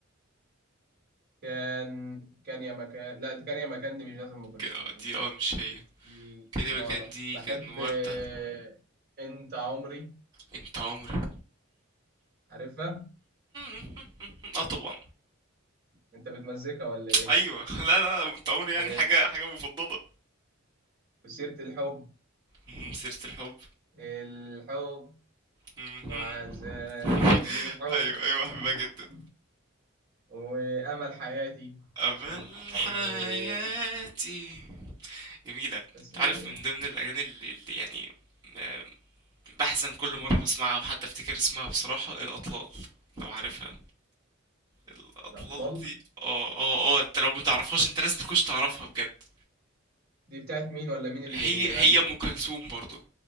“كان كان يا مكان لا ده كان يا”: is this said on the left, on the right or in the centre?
Right